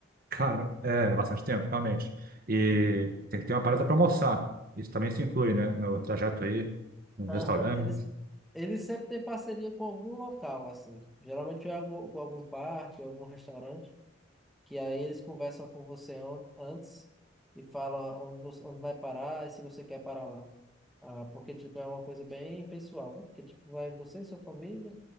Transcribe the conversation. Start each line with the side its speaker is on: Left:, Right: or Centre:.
Right: Cara, é bastante tempo, realmente. E
Centre: Uhum.
Right: tem que ter uma parada para almoçar. Isso também se inclui, né? No trajeto aí, no
Centre: Aham,
Right: restaurante.
Centre: eles, eles sempre têm parceria com algum local, assim. Geralmente é algu- com algum parque, algum restaurante, que aí eles conversam com você an- antes e falam onde, você, onde vai parar e se você quer parar lá. Ah, porque, tipo, é uma coisa bem pessoal, né? Porque, tipo, vai você e sua família